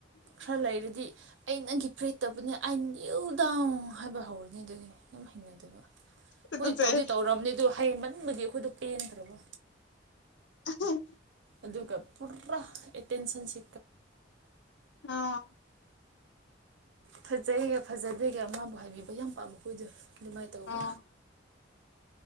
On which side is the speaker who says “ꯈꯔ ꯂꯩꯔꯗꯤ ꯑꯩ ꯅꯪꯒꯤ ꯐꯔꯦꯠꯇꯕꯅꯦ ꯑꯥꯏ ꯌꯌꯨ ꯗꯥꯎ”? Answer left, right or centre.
Right